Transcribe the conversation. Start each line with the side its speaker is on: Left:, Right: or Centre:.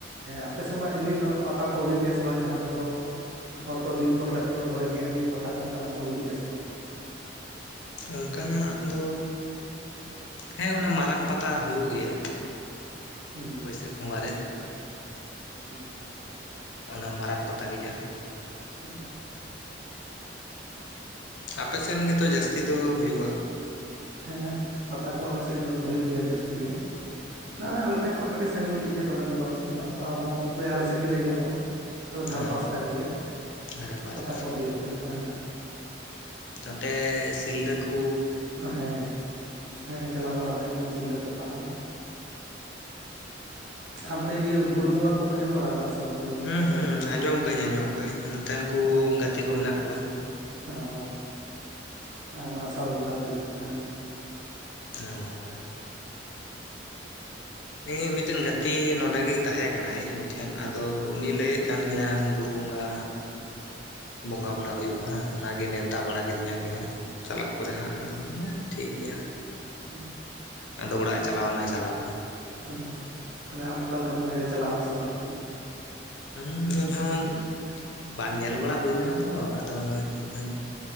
Right: ᱟᱯᱮ ᱥᱮᱜ ᱚᱱᱟ ᱮᱢᱱᱤ ᱦᱤᱞᱳᱜ, ᱯᱟᱛᱟ ᱠᱚ ᱦᱳᱭᱳᱜ ᱜᱮᱭᱟ ᱥᱮ ᱵᱟᱝ, ᱡᱟᱦᱟᱸ ᱠᱚᱫᱚ ᱦᱚᱲ ᱠᱚ ᱫᱤᱱ ᱠᱷᱚᱱ ᱠᱟᱛᱮᱜ ᱠᱚ, ᱫᱚᱦᱚᱭ ᱜᱮᱭᱟ ᱮᱢᱱᱤ ᱯᱟᱛᱟ ᱠᱚ ᱚᱱᱠᱟᱱᱟᱜ ᱠᱚ ᱦᱳᱭᱳᱜ ᱜᱮᱭᱟ ᱥᱮ ᱵᱟᱝ?
Left: ᱚᱱᱠᱟᱱᱟᱜ ᱫᱚ ᱦᱮᱸ ᱚᱱᱟ ᱢᱟᱨᱟᱝ ᱯᱟᱛᱟ ᱦᱳᱭᱳᱜ ᱜᱮᱭᱟ,
Right: ᱦᱩᱸ
Left: ᱵᱟᱹᱭᱥᱟᱹᱠ ᱵᱚᱸᱜᱟ ᱨᱮ ᱾
Right: <unintelligible> <unintelligible>
Left: ᱚᱱᱟ ᱢᱟᱨᱟᱝ ᱯᱟᱛ ᱜᱮ ᱡᱟ ᱾
Right: <unintelligible> <unintelligible>
Left: ᱟᱯᱮ ᱥᱮᱱ ᱜᱮᱛᱚ, ᱡᱟᱹᱥᱛᱤ ᱫᱚ ᱦᱳᱭᱳᱜ-ᱟ ᱾
Right: ᱦᱮᱸ ᱯᱟᱛᱟ ᱠᱚ ᱟᱞᱮ ᱥᱮᱜ ᱦᱳᱭᱳᱜ ᱜᱮᱭᱟ ᱡᱟᱹᱥᱛᱤ ᱜᱮ,
Left: ᱦᱮᱸ
Right: ᱦᱟᱱᱟ ᱟᱞᱮ ᱴᱷᱮᱱ ᱠᱷᱚᱱᱟᱜ ᱠᱟᱹᱴᱤᱡ ᱥᱟᱺᱜᱤᱧ ᱧᱚᱜ ᱜᱮᱭᱟ, ᱫᱚᱢᱮ ᱫᱚ ᱵᱟᱝ ᱥᱩᱨᱟ, ᱛᱟᱣ ᱦᱚᱸ ᱞᱟᱹᱭ ᱟᱞᱮ ᱥᱮᱫ ᱜᱮ ᱞᱟᱹᱭ ᱜᱟᱱᱚᱜ-ᱟ ᱾ ᱟᱞᱮ ᱫᱷᱟᱨ
Left: ᱦᱮᱸ
Right: ᱯᱟᱥ ᱠᱟᱱ ᱜᱮᱭᱟ,
Left: ᱫᱷᱟᱨᱮ ᱯᱟᱥ
Right: ᱯᱟᱛᱟ ᱠᱚ ᱦᱳᱭᱳᱜ ᱜᱮᱭᱟ ᱦᱮᱸ ᱾
Left: ᱱᱚᱛᱮ ᱥᱤᱞᱫᱟᱹ ᱠᱩ
Right: ᱦᱮᱸ, ᱦᱮᱸ ᱪᱟᱞᱟᱣ ᱵᱟᱲᱟ ᱦᱳᱭ ᱠᱟᱱᱟ ᱥᱤᱞᱫᱟᱹ ᱯᱟᱛᱟ ᱦᱚᱸ᱾ ᱦᱟᱱᱛᱮ ᱤᱭᱟᱹ ᱵᱩᱨᱩ ᱵᱚᱸᱜᱟ ᱠᱚᱢ ᱟᱸᱡᱚᱢ ᱵᱟᱲᱟᱣ ᱠᱟᱜᱼᱟ ᱥᱮ ᱵᱟᱝ ᱵᱩᱨᱩ ᱵᱚᱸᱜᱟ
Left: ᱦᱩᱸ,
Right: ᱯᱟᱛᱟ
Left: ᱦᱩᱸ,
Right: ᱡᱟᱦᱟᱸ
Left: ᱟᱸᱡᱚᱢ ᱠᱟᱹᱜ ᱟᱹᱧ, ᱟᱸᱡᱚᱢ ᱠᱟᱹᱜ ᱟᱹᱧ ᱚᱱᱛᱮᱱ ᱠᱩ, ᱜᱟᱛᱮ ᱠᱚ ᱢᱮᱱᱟᱜ ᱠᱚᱣᱟ᱾
Right: ᱦᱮᱸ, ᱦᱮᱸ ᱚᱱᱟ ᱟᱥᱟᱲ ᱵᱚᱸᱜᱟ ᱫᱤᱱ ᱠᱷᱚᱱ
Left: ᱚᱸ, ᱦᱮᱸ ᱢᱤᱫᱴᱮᱱ ᱜᱟᱛᱮ ᱱᱚᱰᱮ ᱜᱮᱭ ᱛᱟᱦᱮᱸ ᱠᱟᱱᱟᱭ, ᱤᱧ ᱴᱷᱮᱱ ᱟᱫᱚ ᱩᱱᱤ ᱞᱟᱹᱭᱮᱫ ᱠᱟᱱ ᱜᱮᱭᱟ ᱵᱩᱨᱩ ᱵᱚᱸᱜᱟ᱾ ᱵᱚᱸᱜᱟ ᱵᱟᱲᱟ ᱦᱳᱭᱩᱜᱼᱟ, ᱚᱱᱟ ᱜᱮ ᱱᱮᱶᱛᱟ ᱵᱟᱲᱟ ᱠᱤᱫᱤᱧᱟ ᱩᱱᱤ ᱦᱚᱸ᱾ ᱪᱟᱞᱟᱜ ᱠᱚᱨᱮ ᱦᱟᱸᱜ, ᱟᱫᱚ ᱢᱟᱱᱮ ᱴᱷᱤᱠ ᱜᱮᱭᱟ᱾
Right: ᱦᱩᱸ,
Left: ᱟᱫᱚ ᱚᱲᱟᱜᱼᱮ ᱪᱟᱞᱟᱣ ᱱᱟᱭ, ᱪᱟᱞᱟᱣ ᱱᱟ᱾
Right: ᱚ, ᱛᱟᱦᱞᱮ ᱟᱢ ᱚᱠᱟ ᱞᱮᱠᱟᱢ ᱢᱚᱱᱮᱭ ᱫᱟ, ᱪᱟᱞᱟᱜ ᱟᱢ ᱥᱮ ᱵᱟᱝ?
Left: ᱦᱩᱸ, ᱤᱧ ᱦᱚᱸᱧ, ᱵᱟᱝ ᱧᱮᱞ ᱵᱟᱲᱟ ᱦᱳᱭ ᱠᱟᱱᱟ ᱛᱚ, ᱟᱫᱚ ᱤᱧ ᱦᱚᱸᱧ᱾